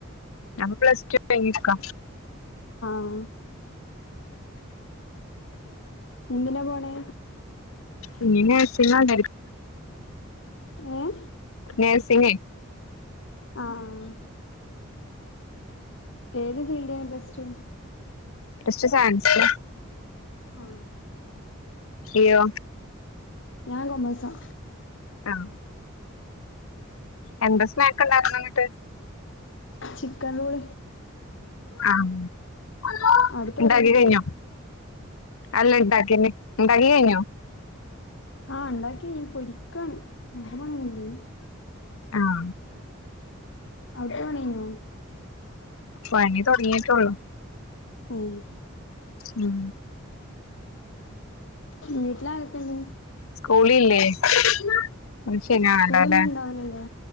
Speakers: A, on the left; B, on the left.
A: ഞാപൊ പ്ലസ് ടു കഴിഞിരിക്ക
B: ഉം ന്തിനെ പോണേ
A: ഇഞ്ഞ് നഴ്സിംഗ് ആണ്
B: ഏഹ്
A: നഴ്സിങ്ങേ
B: ആഹ് ഏത് ഫീൽഡേനി പ്ലസ്ടു
A: പ്ലസ്ടു സയൻസ്
B: ആഹ്
A: ഇയ്യോ
B: ഞാൻ കൊമേഴ്സാ
A: ആഹ് എന്താ സ്നേക്ക് ഇണ്ടാക്ക്ണെ ഇന്നിട്ട്
B: ചിക്കൻറോൾ
A: ആഹ്
B: അവിടുത്തെ
A: ഇണ്ടാക്കി
B: പരിപാടി
A: കഴിഞ്ഞോ അല്ല ഇണ്ടാക്കെന്നെ ഇണ്ടാക്കി കയിഞ്ഞോ
B: ആഹ് ഇണ്ടാക്കി പൊരിക്ക <unintelligible>
A: ആഹ്
B: അവിട്ത്തെ പണികഴിഞ്ഞോ
A: പണി തുടങ്ങിയിട്ടുള്ളൂ
B: ആഹ്
A: ഉം
B: വീട്ടിലാരൊക്കെ ഇണ്ട്
A: സ്കൂളില്ലേ ഇന്ന് ശനി ആണല്ലോ
B: സ്കൂളിന്നും
A: അല്ലേ
B: ഉണ്ടാവലല്ലോ